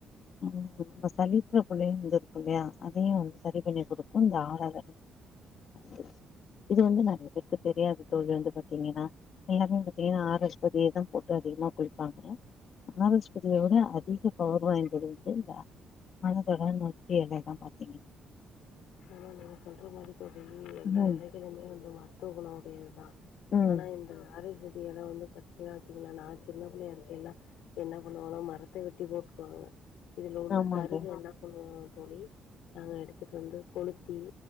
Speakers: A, on the left; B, on the left.
A: ம் இப்போ <unintelligible> அதயு வந்து சரி பண்ணி குடுக்கு இந்த ஆரர <inaudible> இது வந்து நறய பேருக்கு தெரியாது தோழி வந்து பாத்தீங்கன்னா எல்லாருமே பாத்தீங்கன்னா ஆரஸ்பதியேதா போட்டு அதிகமா குளிப்பாங்க ஆரஸ்பதியவிட அதிக பவர் வாய்ந்தது வந்து இந்த <unintelligible> நொச்சி எல எல்லாம் பாத்தீங்க
B: ஆமா நீங்க சொல்ற மாரி தோழி எல்லா
A: ம்
B: எலைகளுமே வந்து மருத்துவ குண உடையது தான்
A: ம்
B: ஆனா இந்த ஆரஸ்பதி எல வந்து பாத்தீங்கன்னா சின்னதுல நா சின்ன புள்ளையா இருக்கயில என்னா பண்ணுவாங்கன்னா மரத்த வெட்டி போட்டுவாங்க இதுல உள்ள
A: ஆமா
B: சருக
A: தோழி
B: என்ன பண்ணுவோ தோழி நாங்க எடுத்துட்டு வந்து கொளுத்தி